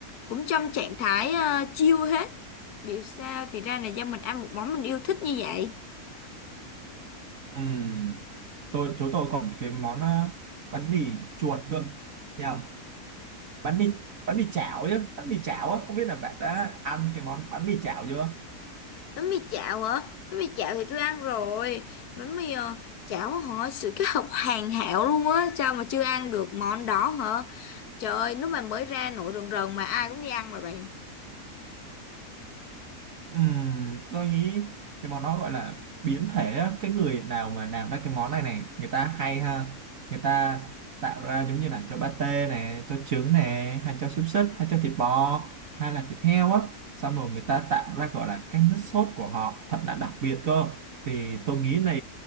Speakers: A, on the left; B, on the right.
A: cũng trong trạng thái ờ, chill hết biểu sao thì ra là do mình ăn một món mình yêu thích như vậy
B: ừ tôi chỗ tôi còn cái món ờ, bánh mì chuột cơ Thấy không bánh mì bánh mì chảo chứ bánh mì chảo á không biết là bạn đã ăn cái món bánh mì chảo chưa
A: bánh mì chảo hả bánh mì chảo thì tôi ăn rồi bánh mì ờ, chảo họ sự kết hợp hoàn hảo luôn á sao mà chưa ăn được món đó hả trời ơi lúc mà mới ra nổi rần rần mà ai cũng đi ăn mà bạn
B: Ừm, tôi nghĩ cái món đó gọi là biến thể á. cái người nào mà làm ra cái món này này người ta hay ha người ta tạo ra giống như là cho pate này cho trứng này hay cho xúc xích hay cho thịt bò hay là thịt heo á xong rồi người ta tạo ra gọi là cái nước sốt của họ thật là đặc biệt cơ thì tôi nghĩ là